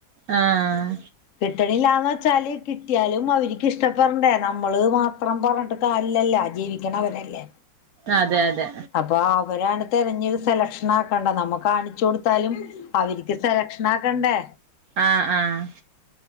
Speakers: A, on the right; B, on the left.
A: ആഹ്
B: കിട്ടണില്ലാന്ന് ച്ചാൽ കിട്ടിയാലും അവരിക്ക് ഇഷ്ടപ്പെടണ്ടേ നമ്മള് മാത്രം പറഞ്ഞട്ട് കാര്യല്ലല്ലോ ജീവിക്കണവരല്ലേ
A: അതെ അതെ
B: അപ്പൊ അവരാണ് തെരഞ്ഞിത് സെലക്ഷനാ ത് കണ്ട നമ്മ കാണിച്ചു കൊടുത്താലും അവർക്ക് സെലക്ഷനാക്കണ്ടേ
A: ആഹ് ആഹ്